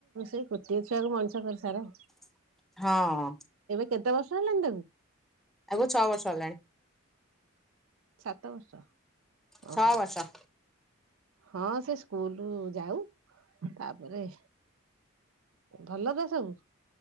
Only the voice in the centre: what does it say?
ହଁ।
ତାକୁ ଛଅ ବର୍ଷ ହେଲାଣି।
ଛଅ
ବର୍ଷ।